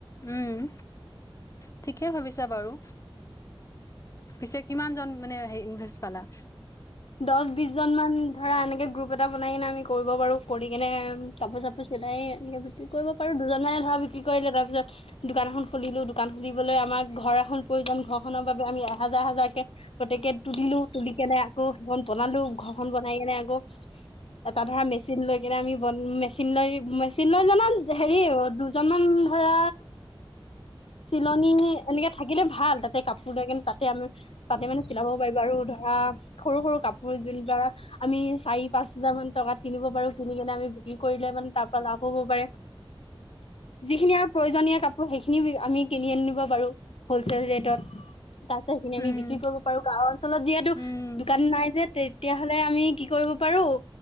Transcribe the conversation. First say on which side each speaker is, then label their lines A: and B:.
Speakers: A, on the left (about 35°); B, on the left (about 85°).
A: উম, ঠিকেই ভাবিছা বাৰু। পিছে কিমানজন মানে হেৰি ইনভেষ্ট পালা।
B: দছ বিছজনমান ধৰি এনেকে গ্ৰুপ এটা বনাই আমি কৰিব পাৰোঁ কৰি কেনে কাপোৰ চাপোৰ বনাইয়ে এনেকে বিক্ৰী কৰিব পাৰোঁ দুজনমানে ধৰা বিক্ৰী কৰিলে, তাৰ পিছত দোকান এখন খুলিলোঁ দোকান খুলিবলৈ আমাক ঘৰ এখন প্ৰয়োজন ঘৰখনৰ বাবে আমি এহাজাৰ এহাজাৰ। প্ৰত্যেকে তুলিলো তুলি কেনে আকৌ সেইখন বনালো ঘৰখন বনাই কেনে আকৌ। এটা ধৰা মেচিন লৈ কেনে আমি বন মেচিন লৈ, মেচিন লৈ জনাত হেৰি দুজ জনমান ধৰা। চিলনি এনেকে থাকিলে ভাল তাতে কাপোৰ লৈ কেনে তাতে আমি তাতে মানে চিলাব পাৰিব আৰু ধৰা সৰু সৰু কাপোৰ যোন ধৰা আমি চাৰি-পাঁচ হাজাৰমান টকাত কিনিব পাৰোঁ কিনি কেনে আমি বিক্ৰী কৰিলে তাৰ পৰা লাভ হ'ব পাৰে। <inaudible> যিখিনি আৰু প্ৰয়োজনীয় কাপোৰ, সেইখিনি আমি কিনি আনিব পাৰো হোলচেল ৰেটত। তাৰ পিছত সেখিনি আমি
A: উম,
B: বিক্ৰী কৰিব পাৰোঁ, গাঁৱৰ অঞ্চলত যিহেতু
A: উম,
B: দোকান নাই যে তেতিয়া হ'লে আমি কি কৰিব পাৰোঁ